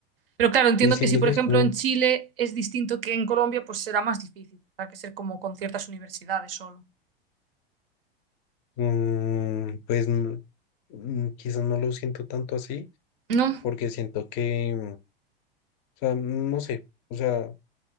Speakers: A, on the right (about 65°); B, on the left (about 30°).
A: Pero claro, entiendo
B: Y siento
A: que si, por
B: que
A: ejemplo,
B: es como,
A: en Chile es distinto que en Colombia, pues será más difícil. Tendrá que ser como con ciertas universidades solo.
B: mm, pues mm, mm, quizás no lo siento tanto así,
A: ¿No?
B: porque siento que, mm, o sea, no sé, o sea,